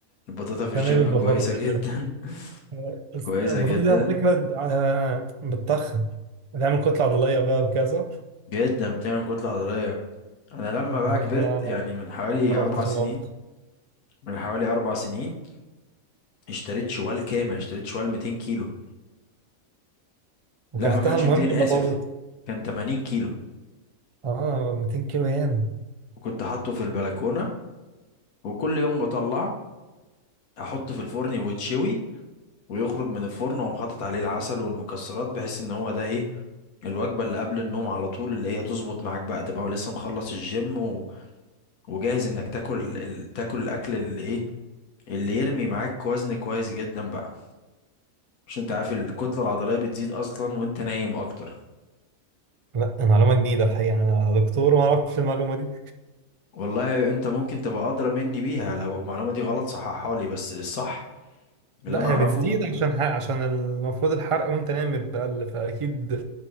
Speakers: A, on the left (about 90°); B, on the right (about 55°).
A: البطاطا في الجيم
B: تمام البساطه
A: كويسة
B: في
A: جدا
B: الجيم
A: <laughs>
B: آه، بس
A: كويسة
B: البساطه
A: جدا
B: دي على فكره آه، بتتخن بتعمل كتله عضليه بقى وكذا
A: جدا بتعمل كتلة عضلية أنا لما بقى
B: لا الحقيقة
A: كبرت
B: ما
A: يعني من حوالي
B: جربتش
A: أربع سنين
B: الوضع
A: من حوالي أربع سنين اشتريت شوال كامل اشتريت شوال 200 كيلو
B: وكلتها
A: لا ما كانش
B: المهم
A: 200
B: ولا
A: آسف
B: باظت؟
A: كان 80 كيلو
B: اه 200 كيلو ياما
A: وكنت حاطه في البلكونة وكل يوم بطلعه احط في الفرن ويتشوي ويخرج من الفرن واقوم حاطط عليه العسل والمكسرات بحيث ان هو ده ايه الوجبة اللي قبل النوم على طول اللي هي تظبط معاك بقى تبقى لسه مخلص الجيم و... وجاهز انك تاكل ال... تاكل الاكل اللي ايه اللي يرمي معاك وزن كويس جدا بقى مش انت عارف الكتلة العضلية بتزيد اصلا وانت نايم اكتر
B: لا معلومة جديدة الحقيقة أنا دكتور وما أعرفش المعلومة دي
A: والله انت ممكن تبقى ادرى مني بيها لو المعلومة دي غلط صححها لي بس الصح اللي
B: لا
A: انا
B: هي
A: اعرفه
B: بتزيد عشان حق عشان المفروض الحرق وأنت نايم بيقل فأكيد